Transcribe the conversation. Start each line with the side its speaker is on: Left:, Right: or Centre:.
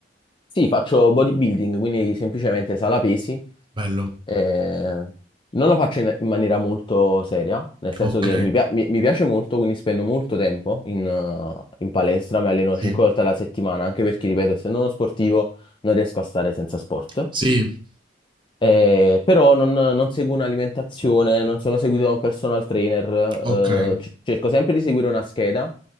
Left: Sì, faccio bodybuilding, quindi semplicemente sala pesi
Right: Bello,
Left: Eh, non lo faccio in, in maniera molto seria, nel senso
Right: ok.
Left: che mi, pia- mi- mi piace molto, quindi spendo molto tempo in, eh, in palestra, mi alleno
Right: Sì,
Left: 5 volte alla settimana, anche perché, ripeto, essendo uno sportivo non riesco a stare senza sport.
Right: Sì,
Left: Eh, però non, non seguo un'alimentazione, non sono seguito da un personal trainer, eh,
Right: okay,
Left: c- cerco sempre di seguire una scheda